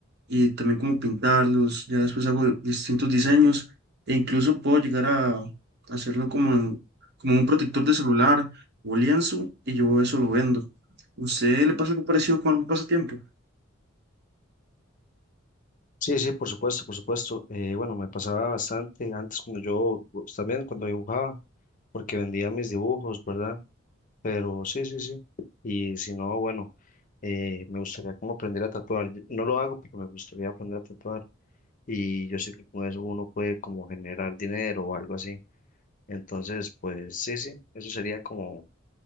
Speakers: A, on the right (about 55°); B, on the left (about 40°).
A: y también como pintarlos, ya después hago distintos diseños e incluso puedo llegar a hacerlo como, en- como un protector de celular o lienzo y yo eso lo vendo. ¿Usted le pasa algo parecido con algún pasatiempo?
B: Sí, sí, por supuesto, por supuesto. Eh, bueno, me pasaba bastante antes cuando yo, pues, también cuando dibujaba. porque vendía mis dibujos, ¿verdad? Pero sí, sí, sí. Y si no, bueno, eh, me gustaría como aprender a tatuar. Yo- No lo hago, pero me gustaría aprender a tatuar. Y yo sé que con eso uno puede como generar dinero o algo así. Entonces, pues sí, sí, eso sería como,